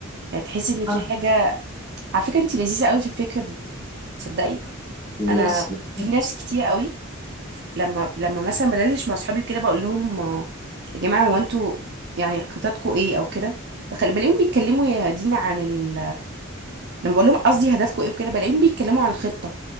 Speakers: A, on the right; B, on the right.
A: يعني تحسي ان في
B: اه
A: حاجة على فكرة انت لذيذة قوي في الفكرة دي تصدقي
B: يس
A: انا
B: بالظبط
A: في ناس كتير قوي لما لما مثلا بدردش مع اصحابي كده بقول لهم آه، يا جماعة هو انتوا يعني خططكم ايه او كده بخلي بلاقيهم بيتكلموا يا دينا عن ال... لما بقول لهم قصدي هدفكم ايه وكده بلاقيهم بيتكلموا عن الخطة